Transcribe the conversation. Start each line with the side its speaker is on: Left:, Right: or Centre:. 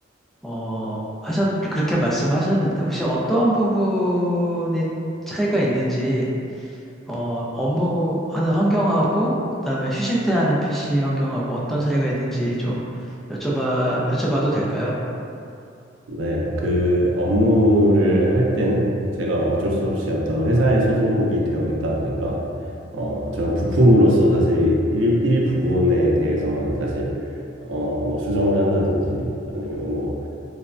Centre: 어, 하셨, 그렇게 말씀하셨는데, 혹시 어떤 부분에 차이가 있는지, 어, 업무하는 환경하고, 그다음에 쉬실 때 하는 PC 환경하고 어떤 차이가 있는지 좀 여쭤봐, 여쭤봐도 될까요?
Right: 네. 그 업무를 할 때는 제가 어쩔 수 없이 어떤 회사에 소속이 되어 있다 보니까, 어, 저는 부품으로서 사실 일, 일 부분에 대해서만 사실, 어, 뭐 수정을 한다든지 아니면은 뭐